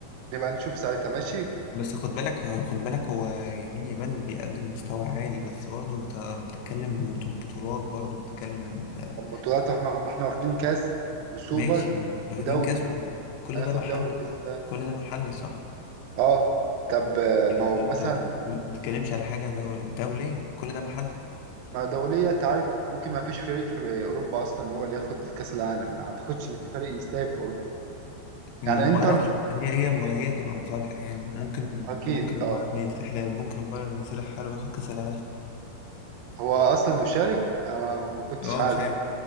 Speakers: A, on the right; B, on the left.
A: نبقى نشوف ساعتها ماشي
B: بس خد بالك خد بالك هو يمين يامال بيقدم مستوى عالي بس برضه انت بتتكلم وت- بطولات برضه بتتكلم آه،
A: طب بطولات احنا ما احنا واخدين كاس وسوبر
B: ماشي واخدين
A: ودوري
B: كاس و- كل
A: هناخد
B: ده محلي
A: دوري باذن الله
B: كل ده محلي صح
A: اه طب آه،
B: يعني
A: ما
B: انت
A: هو مثلا
B: انت ما بت- ما بتتكلمش على حاجة دولي دولية كل ده محلي
A: ما دولية انت عارف ممكن ما فيش فريق في أوروبا أصلا هو اللي ياخد كأس العالم ما أعتقدش إن في فريق يستاهل في أوروبا
B: ما
A: يعني إنتر
B: اعرفش هي هي هي هتبقى مفاجأة يعني ممكن
A: أكيد
B: ممكن البايرن
A: أه
B: ينسحب ممكن البايرن ينسحب حاله وياخد كأس العالم
A: هو أصلا مشارك أنا ما كنتش
B: اه
A: عارف
B: مش عيب